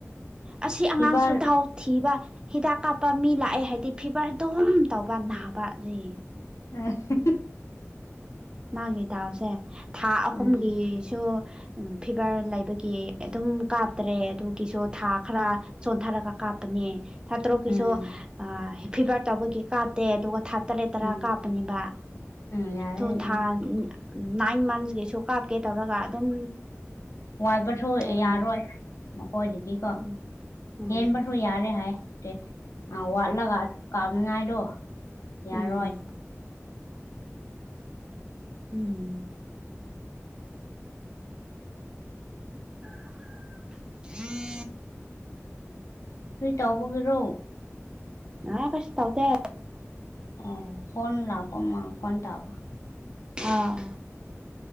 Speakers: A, on the right; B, on the left.
A: ꯑꯁꯤ ꯑꯉꯥꯡꯁꯨ
B: ꯏꯕꯥꯜ
A: ꯗꯥꯎ ꯊꯤꯕ ꯍꯤꯗꯥꯛ ꯀꯥꯞꯄ ꯃꯤ ꯂꯥꯛꯑꯦ ꯍꯥꯏꯗꯤ ꯐꯤꯚꯔ ꯑꯗꯨꯝ ꯇꯧꯕ ꯅꯥꯕꯅꯤ
B: <unintelligible>
A: ꯃꯥꯒꯤ ꯗꯥꯎꯁꯦ ꯊꯥ ꯑꯍꯨꯝꯒꯤꯁꯨ
B: ꯎꯝ
A: ꯎꯝ ꯐꯤꯕꯔ ꯂꯩꯕꯒꯤ ꯑꯗꯨꯝ ꯀꯥꯞꯇꯔꯦ ꯑꯗꯨꯒꯤꯁꯨ ꯊꯥ ꯈꯔ ꯆꯣꯟꯊꯔꯒ ꯀꯥꯞꯄꯅꯦ ꯊꯥ ꯇꯔꯨꯛꯀꯤꯁꯨ
B: ꯎꯝ
A: ꯑꯥ ꯐꯤꯚꯔ ꯇꯧꯕꯒꯤ ꯀꯥꯞꯇꯦ ꯑꯗꯨꯒ ꯊꯥ ꯇꯔꯦꯠ ꯇꯔꯥ
B: ꯎꯝ
A: ꯀꯥꯞꯄꯅꯤꯕꯥ
B: ꯎꯝ ꯌꯥꯔꯦ
A: ꯗꯣ
B: ꯑꯗꯨꯗꯤ
A: ꯎꯝ ꯅꯥꯏꯟ ꯃꯟꯁ ꯒꯤꯁꯨ ꯀꯥꯞꯀꯦ ꯇꯧꯔꯒ ꯑꯗꯨꯝ
B: ꯋꯥꯠꯄꯁꯨ
A: ꯎꯝ
B: ꯌꯥꯔꯣꯏ ꯃꯈꯣꯏꯗꯗꯤ ꯀꯣ
A: ꯎꯝ ꯎꯝ
B: ꯍꯦꯟꯕꯁꯨ ꯌꯥꯗꯦ ꯍꯥꯏ ꯇꯦ ꯑ ꯋꯥꯠꯂꯒ ꯀꯥꯞꯅꯤꯉꯥꯏꯗꯣ ꯌꯥꯔꯣꯏ
A: ꯎꯝ ꯎꯝ <inaudible>
B: ꯀ꯭ꯔꯤ ꯇꯧꯕꯒꯤꯔꯣ
A: ꯑꯥ ꯀꯩꯁꯨ ꯇꯧꯗꯦ
B: ꯑꯣ ꯐꯣꯟ ꯂꯥꯛꯄ ꯃꯥ ꯈꯣꯟ ꯇꯥꯕ
A: ꯑꯥ